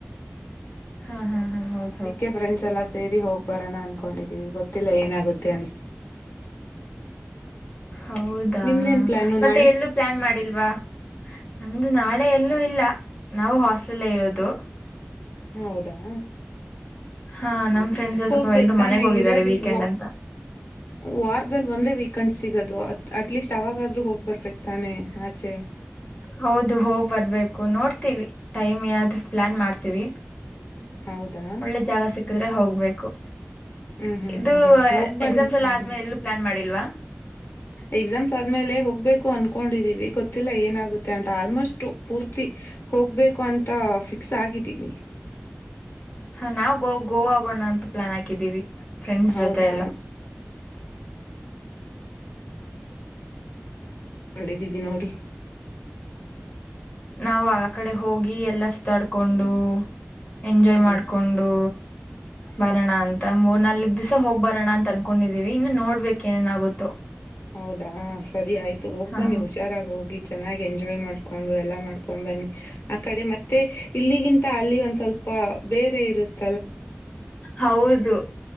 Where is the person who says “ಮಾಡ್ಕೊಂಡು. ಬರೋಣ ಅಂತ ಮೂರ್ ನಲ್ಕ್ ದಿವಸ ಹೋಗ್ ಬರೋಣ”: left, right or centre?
Left